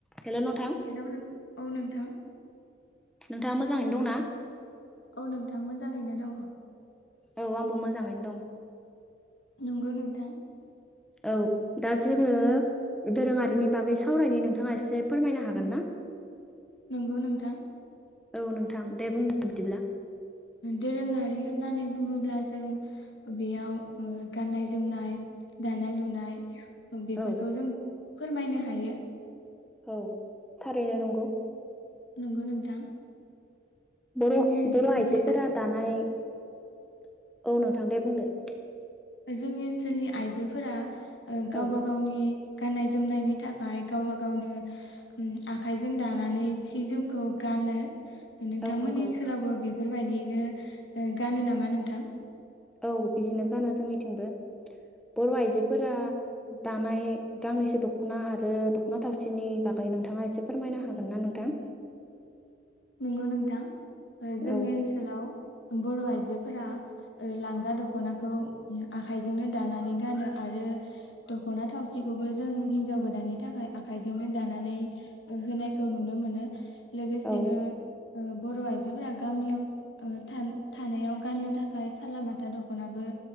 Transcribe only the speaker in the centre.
hello नोंथां
नोंथाङा मोजाङैनो दंना?
औ आंबो मोजाङैनो दं।
औ दा जोङो दोरोङारिनि बागै सावरायनो नोंथाङा एसे फोरमायनो हागोन ना?
औ नोंथां दे बुं बिदिब्ला
औ
औ थारैनो नंगौ।
बर'
बर' आइजोफोरा दानाय औ नोंथां दे बुंदो।
औ
औ नंगौ
औ बिदिनो गानो जोंनिथिंबो बर' आइजोफोरा दानाय गांनैसो दख'ना आरो दख'ना थावसिनि बागै नोंथाङा एसे फोरमायनो हागोन ना नोंथां?
औ
औ